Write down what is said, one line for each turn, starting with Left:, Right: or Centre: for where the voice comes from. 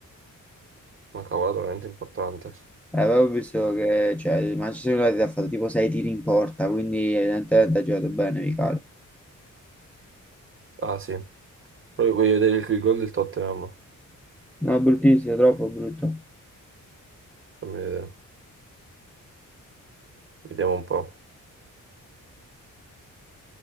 Right: una cavolata veramente importante.
Centre: Eh, avevo visto che cioè, il Manchester United ha fatto tipo 6 tiri in porta, quindi evidentemente ha giocato bene, Michele.
Right: Ah sì. Poi voglio vedere il, il gol del Tottenham.
Centre: No, bruttissimo, troppo brutto.
Right: Fammi vedere. Vediamo un po'.